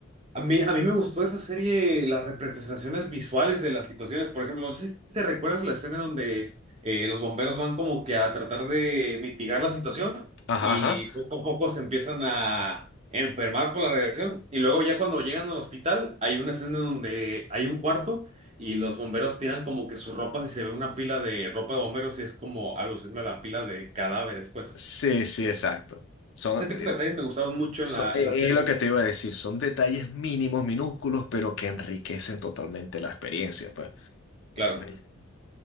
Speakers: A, on the right; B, on the left.
A: A mí, a mí me gustó esa serie, las representaciones visuales de las situaciones. Por ejemplo, no sé si te recuerdas la escena donde eh, los bomberos van como que a tratar de mitigar la situación
B: Ajá,
A: y
B: ajá.
A: poco a poco se empiezan a enfermar por la radiación. Y luego ya cuando llegan al hospital, hay una escena donde hay un cuarto y los bomberos tiran como que sus ropas y se ve una pila de ropa de bomberos y es como alusión a la pila de cadáveres, pues.
B: Sí, sí, exacto. Son,
A: Este
B: eh,
A: tipo
B: eh,
A: de detalles me gustaron mucho
B: so-
A: en la,
B: eh,
A: en la serie.
B: es lo que te iba a decir. Son detalles mínimos, minúsculos, pero que enriquecen totalmente la experiencia, pues.
A: Claro.
B: Es buenísimo.